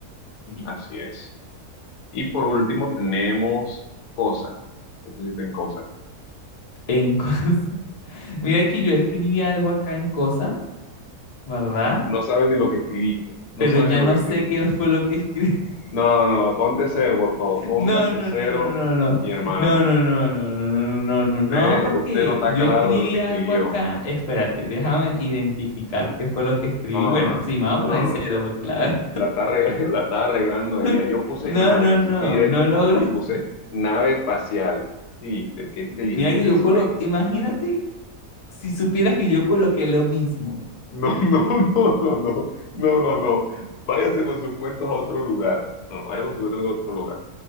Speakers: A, on the left (about 60°); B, on the left (about 80°).
A: Li-
B: así es. Y por último tenemos cosa. ¿Qué pusiste en cosa?
A: En cosa. <laughs> Mira que yo escribí algo acá en cosa, ¿verdad?
B: No saben ni lo que escribiste, no
A: Pero
B: saben
A: ya
B: ni lo
A: no
B: que escribiste.
A: sé qué fue lo que escribí. <laughs>
B: No, no, no, no, ponte cero, por favor, póngase
A: No, no,
B: cero,
A: no, no, no, no.
B: mi hermano.
A: No, no, no, no, no, no, no, no, no, no,
B: Usted,
A: porque
B: usted no está
A: yo
B: claro
A: escribí
B: de lo que escribió.
A: algo acá. Espérate, déjame identificar qué fue lo que escribí.
B: No,
A: Bueno,
B: no, no, no,
A: sí, me voy a poner
B: no,
A: cero
B: no. no.
A: porque la verdad.
B: La está, arreg- <laughs> la está arreglando
A: <laughs>
B: ahí. Mira, yo puse
A: No,
B: nave,
A: no,
B: yo sí
A: no,
B: fui directo
A: no logro.
B: y puse nave espacial. Sí, te- qué inteligente
A: Mira que yo
B: soy.
A: colo, imagínate si supieras que yo coloqué lo mismo.
B: No, <laughs> no, no, no, no, no, no, no. Váyase con sus cuentos a otro lugar. No, no, váyase con sus cuentos a otro lugar.